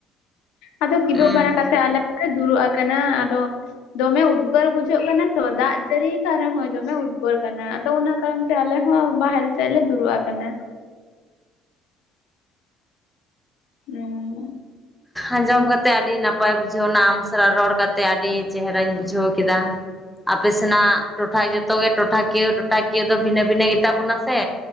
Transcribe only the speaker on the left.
ᱟᱫᱚ ᱠᱤᱫᱩᱵ
ᱵᱟᱲᱟ ᱠᱟᱛᱮ ᱟᱞᱮ ᱦᱚᱸᱞᱮ ᱫᱩᱲᱩᱵ ᱟᱠᱟᱱᱟ, ᱟᱫᱚ ᱫᱚᱢᱮ ᱩᱫᱽᱜᱟᱹᱨ ᱵᱩᱡᱷᱟᱹᱜ ᱠᱟᱱᱟ ᱛᱚ, ᱫᱟᱜ ᱡᱟᱹᱲᱤ ᱠᱟᱜ ᱨᱮᱦᱚᱸᱭ ᱫᱚᱢᱮ ᱩᱫᱽᱜᱟᱹᱨ ᱠᱟᱱᱟ᱾ ᱟᱫᱚ ᱚᱱᱟ ᱠᱟᱨᱚᱱ ᱛᱮ ᱟᱞᱮ ᱦᱚᱸ ᱵᱟᱦᱨᱮ ᱥᱮᱫ ᱞᱮ ᱫᱩᱲᱩᱵ ᱟᱠᱟᱱᱟ᱾ ᱦᱩᱸ᱾